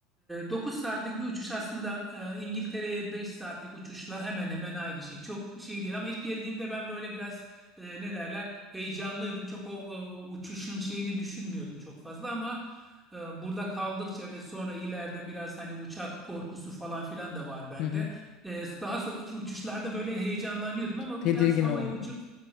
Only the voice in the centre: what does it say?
9 saatlik bir uçuş aslında e, İngiltere'ye 5 saatlik uçuşla hemen hemen aynı şey. Çok şey değil ama ilk geldiğimde ben böyle biraz e, ne derler heyecanlıydım. Çok o, o uçuşun şeyini düşünmüyordum çok fazla ama e, burada kaldıkça ve sonra ileride biraz hani uçak korkusu falan filan da var bende.
E, daha sonraki uçuşlarda böyle heyecanlanıyordum ama
biraz havaya
uçup